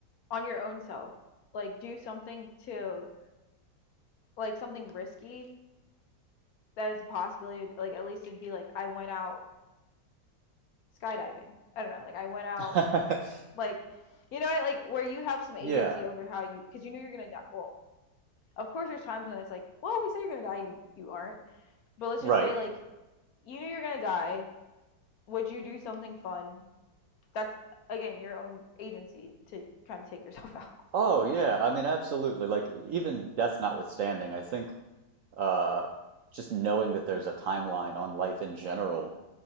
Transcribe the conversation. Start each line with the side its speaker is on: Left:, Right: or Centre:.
Left: on your own self, like do something to like something risky that is a possibility? Like, at least it'd be like I went out skydiving. I don't know. Like, I went out
Right: <laughs>
Left: like, you know, like where you have some agency
Right: Yeah,
Left: over how you because you knew you're gonna die. Well, of course, there's times when it's like, well, we said you're gonna die, you, you aren't. But let's
Right: right.
Left: just say like you knew you're gonna die. Would you do something fun that's again your own agency to kind of take yourself <laughs> out.
Right: Oh, yeah. I mean, absolutely. Like, even death notwithstanding, I think uh just knowing that there's a timeline on life in general